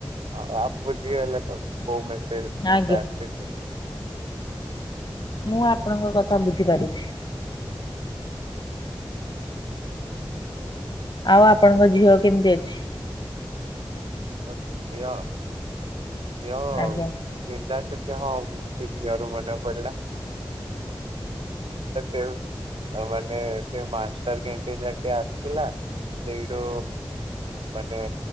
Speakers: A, on the right; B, on the left.
A: ହଉ ଆ ବୁଝିଗଲେ ତ କୋଉ ମେସେଜ ଷ୍ଟାରୁ
B: ଆଜ୍ଞା
A: ଆସିଛି?
B: ମୁଁ ଆପଣଙ୍କ କଥା ବୁଝିପାରୁଛି। ଆଉ ଆପଣଙ୍କ ଝିଅ କେମିତି ଅଛି।
A: ମୋ ଝିଅ ଝିଅ
B: ଆଜ୍ଞା
A: <unintelligible> ସେ କ୍ଲିଅର ମ୍ୟାଡ଼ାମ୍ ପଡ଼ିଲା <unintelligible> ସେ ଆଉ ମାନେ ମାଷ୍ଟର କ୍ୟାଣ୍ଟିନ୍ ଯାକେ ଆସିଲା ସେଇଠୁ ମାନେ